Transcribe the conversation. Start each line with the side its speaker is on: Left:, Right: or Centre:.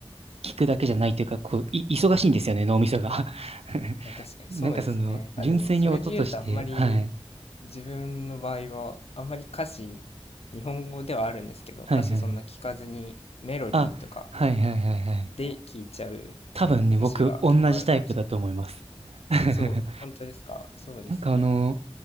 Right: 聴くだけじゃないというか、こう、い、忙しいんですよね、脳みそが。<laughs>
Left: まあ確かにそうですね。
Right: なんかその、
Left: あ、
Right: 純粋に音として、
Left: でもそれで言うとあんまり
Right: はい。
Left: 自分の場合はあんまり歌詞、日本語ではあるんですけど、
Right: はいはい。
Left: 歌詞そんな聞かずにメロディーとか
Right: あ、はいはいはいはい。
Left: で聞いちゃう
Right: 多分ね、
Left: 節が結構あるかもしれない。
Right: 僕、同じタイプだと思います。<laughs>
Left: そう、本当ですか。そうですよね。
Right: なんかあの、